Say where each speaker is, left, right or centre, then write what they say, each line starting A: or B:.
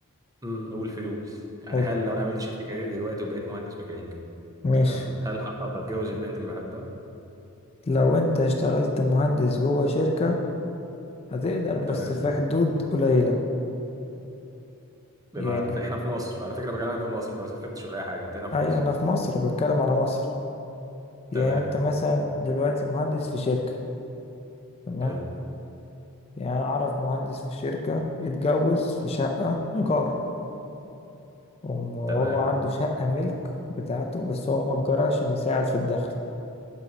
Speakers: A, on the right; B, on the left.
A: مم، والفلوس يعني
B: حلو
A: هل لو انا عملت شيفت كارير دلوقتي وبقيت مهندس ميكانيكا
B: ماشي
A: تمام هل هعرف اتجوز البنت اللي بحبها
B: لو أنت اشتغلت مهندس جوه شركة هتقدر بس
A: تمام
B: في حدود قليلة
A: بمعنى
B: يعني
A: فاحنا في مصر على فكرة بكلمك في مصر انت ما سافرتش ولا اي حاجة انت هنا في
B: أي
A: مصر
B: أنا في مصر بتكلم على مصر يعني
A: تمام
B: أنت مثلا دلوقتي مهندس في شركة تمام
A: حلو
B: يعني أنا أعرف مهندس في شركة اتجوز في شقة إيجار وم- وهو
A: تمام
B: عنده شقة ملك بتاعته بس هو مأجرها عشان يساعد في الدخل